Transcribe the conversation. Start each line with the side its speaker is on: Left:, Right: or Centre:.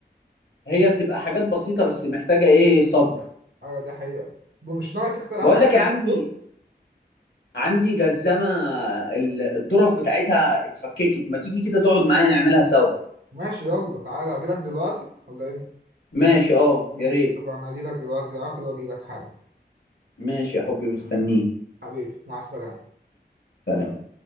Left: هي بتبقى حاجات بسيطه بس محتاجه ايه صبر
Right: ايوه دي حقيقه ومش ناوي تخترع
Left: بقول
Right: حاجه
Left: لك
Right: من
Left: إيه، عندي
Right: دول؟
Left: عندي جزمة ال- الظرف بتاعتها اتفككت ما تيجي كده تقعد معايا نعملها سوا
Right: ماشي يلا تعالى اجيلك دلوقتي ولا امتى
Left: ماشي اه
Right: ماشي
Left: يا ريت
Right: طب انا اجيلك دلوقتي اقفل واجيلك حالا
Left: ماشي يا حبي مستنيك
Right: حبيبي مع السلامة
Left: سلام